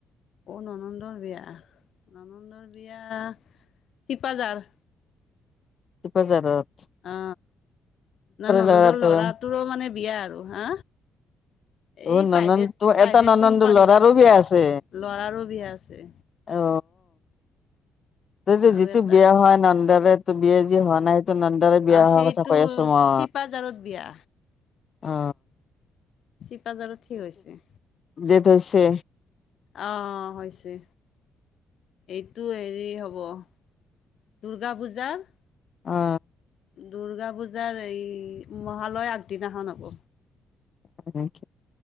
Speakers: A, on the left (about 60°); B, on the left (about 45°).
A: অ ননন্দৰ বিয়া। ননন্দৰ বিয়া শিপাজাৰ।
B: শিপাজাৰত।
A: অ ননন্দৰ
B: ল'ৰাটোৱে
A: লৰাটোৰো মানে বিয়া আৰু হা এই
B: অ ননন্দটো
A: প্ৰাইভেট প্ৰাইভেট
B: এটা ননন্দৰ
A: কোম্পানীত।
B: ল'ৰাৰো বিয়া আছে
A: ল'ৰাৰো বিয়া আছে।
B: অ যদি
A: আৰু
B: যিটো
A: এটা
B: বিয়া হোৱা। নন্দাৰে তো বিয়া যি হোৱা নাই সেইটো নন্দাৰে বিয়া
A: অ
B: অহা
A: সেইটো
B: কথা কৈ আছো মই।
A: চিপাঝাৰত বিয়া
B: অ।
A: শিপাজাৰত কি হৈছে।
B: দেত হৈছে।
A: অ হৈছে। এইটো হেৰি হ'ব। দুূৰ্গা পূজাৰ
B: অ।
A: দুূৰ্গা পূজাৰ এই মহালয় আগদিনাখন হ'ব।
B: তেক।